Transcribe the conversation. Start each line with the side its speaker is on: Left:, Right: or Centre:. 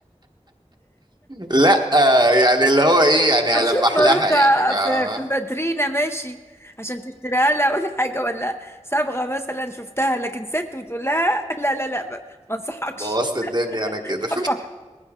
Right: لا آه، يعني اللي هو ايه
Left: <laughs>
Right: يعني
Left: طب
Right: هلمح
Left: شوف باروكة
Right: لها يعني فاهمة
Left: في في مدرينا ماشي عشان تشتريها لها ولا حاجة ولا صبغة مثلا شفتها لكن ست وتقول لها لا لا لا ما ما انصحكش
Right: بوظت الدنيا انا كده
Left: <laughs> طبعا